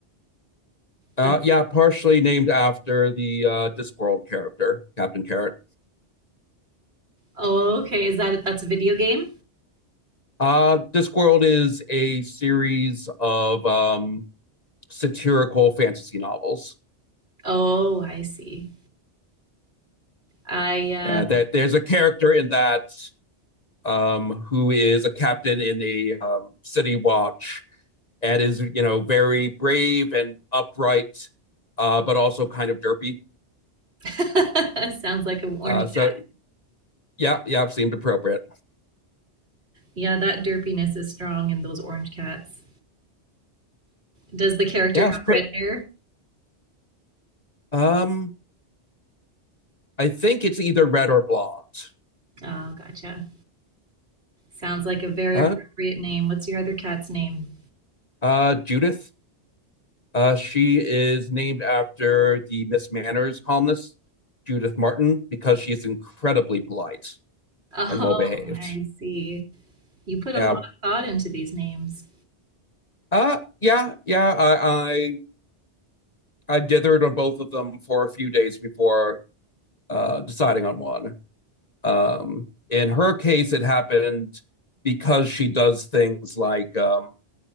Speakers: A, on the left (about 35°); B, on the right (about 65°).
A: Uh,
B: That's,
A: yeah, partially named after the uh, Discworld character, Captain Carrot.
B: oh, okay. Is that that's a video game?
A: Uh, Discworld is a series of um, satirical fantasy novels.
B: Oh, I see. I uh
A: And that there's a character in that um, who is a captain in a um, city watch and is, you know, very brave and upright, uh, but also kind of derpy.
B: <laughs> Sounds like an orange.
A: Uh,
B: cat.
A: so yeah, yeah, seemed appropriate.
B: Yeah, that derpiness is strong in those orange cats. Does the character
A: Yeah,
B: have
A: it's pre-
B: red hair?
A: um, I think it's either red or blonde.
B: Oh, gotcha. Sounds like a very
A: Uh,
B: appropriate name. What's your other cat's name?
A: Uh, Judith. Uh, she is named after the Miss Manners columnist, Judith Martin, because she is incredibly polite
B: Oh,
A: and well behaved.
B: I see. You put a
A: Yeah.
B: lot of thought into these names.
A: Uh, yeah, yeah. I, I I dithered on both of them for a few days before uh, deciding on one. Um, in her case, it happened because she does things like um,